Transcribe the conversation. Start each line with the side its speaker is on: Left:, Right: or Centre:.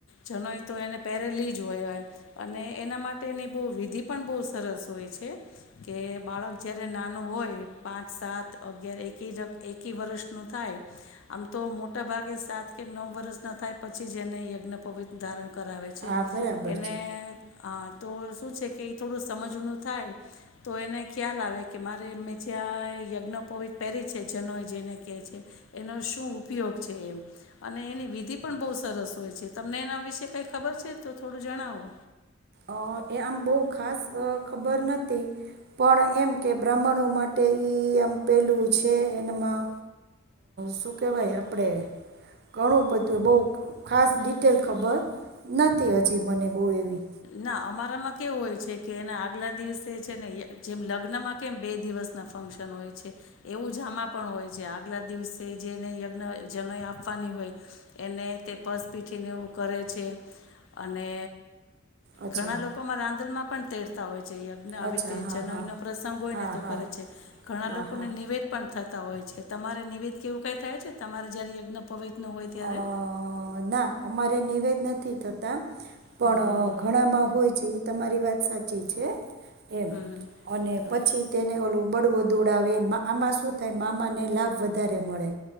Left: જનોય તો એને પહેરેલી જ હોયય. અને એના માટેની બહુ વિધિ પણ બહુ સરસ એ છે કે, બાળક જ્યારે નાનું હોય પાંચ, સાત, અગિયાર એકી જ એકી વર્ષનું થાય. આમ તો મોટાભાગે સાત કે નવ વર્ષના થાય પછી જ એને યજ્ઞ પવિત્ર ધારણ કર કરાવે છે.
Right: હા બરાબર
Left: એને
Right: છે
Left: અ તો શું છે કે, થોડું સમજનું થાય તો, એને ખ્યાલ આવે કે, મારે એમે જ્યાં યજ્ઞપોવિત પહેરી છે, જનોય જેને કહે છે. એનો શું ઉપયોગ છે એમ. અને એની વિધિ પણ બહુ સરસ હોય છે. તમને એના વિશે કઈ ખબર છે? તો થોડું જણાવો.
Right: અ એ આમ બહુ ખાસ ખબર નથી. પણ એમ કે, બ્રાહ્મણો માટે ઈ એમ પેલું છે. એનામાં શું કહેવાય આપણે ઘણું બધું બહુ ખાસ ડિટેલ ખબર નથી. હજી મને બહુ એવી.
Left: ના અમારામાં કેવું હોય છે કે, એના આગલા દિવસે છે ને, જેમ લગ્નમાં કેમ બે દિવસના ફંક્શન હોય છે. એવું જ આમાં પણ હોય છે. આગલા દિવસે જેને યજ્ઞ જનોઈ આપવાની હોય એને તે પસ પીઠીને એવું કરે છે. અને
Right: અચ્છા
Left: ઘણા લોકો માં રાંદલમાં પણ તેડ તા હોય. જે યજ્ઞ આવી
Right: અચ્છા
Left: રીતે
Right: હા
Left: જનોઈ
Right: હા
Left: નો પ્રસંગ હોય
Right: હા
Left: ને તો
Right: હા
Left: કરે છે ઘણા
Right: હા
Left: લોકોને
Right: હા
Left: નેવેધ પણ થત તા હોય છે તમારે નેવેધ કે એવું કંઈ થાય છે તમારે જયારે યજ્ઞ પવિત નું હોય ત્યારે
Right: અ ના અમારે નેવેધ નથી થતા. પણ
Left: હમ હમ
Right: ઘણામાં હોય છે. તમારી વાત સાચી છે. એમ
Left: હમ હમ હમ
Right: અને
Left: હા
Right: પછી તેને ઓલું બળવો દોડાવે મા આમાં શું થાય મામાને લાભ વધારે મળે.